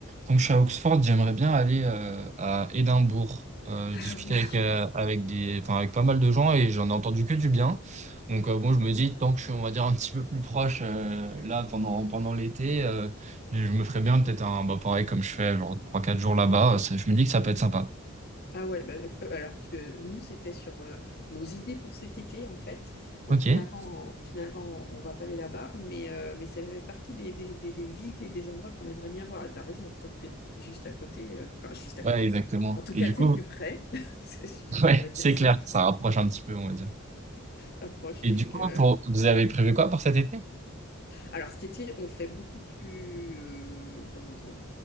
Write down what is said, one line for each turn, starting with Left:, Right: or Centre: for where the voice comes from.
Right: Donc je suis à Oxford, j'aimerais bien aller euh, à Édimbourg. Euh, je
Left: Ah
Right: discutais
Left: oui.
Right: avec, euh, avec des, enfin, avec pas mal de gens et j'en ai entendu que du bien. Donc euh, bon, je me dis, tant que je suis, on va dire, un petit peu plus proche euh, là pendant, pendant l'été, euh, je me ferais bien peut-être un, bah, pareil comme je fais, genre trois quatre jours là-bas. euh, Ça- Je me dis que ça peut être sympa.
Left: Ah ouais, bah, euh, alors euh, nous c'était sur euh, nos idées pour cet été en fait. Bon
Right: Ok.
Left: finalement, finalement on va pas aller là-bas, mais, euh, mais ça fait partie des, des- des- des villes et des endroits qu'on aimerait bien voir. Et T'as raison, tant que t'es juste à côté, euh, enfin juste à
Right: Ouais,
Left: côté.
Right: exactement.
Left: En tout
Right: Et
Left: cas,
Right: du
Left: t'es
Right: coup,
Left: plus près, <laughs> C'est-
Right: <laughs> ouais,
Left: on va dire
Right: c'est
Left: ça,
Right: clair, ça rapproche un petit peu, on va dire.
Left: t'approches.
Right: Et
Left: Donc,
Right: du coup,
Left: euh,
Right: pour, vous avez prévu quoi pour cet été?
Left: Alors cet été, on fait beaucoup plus, euh, comment dire,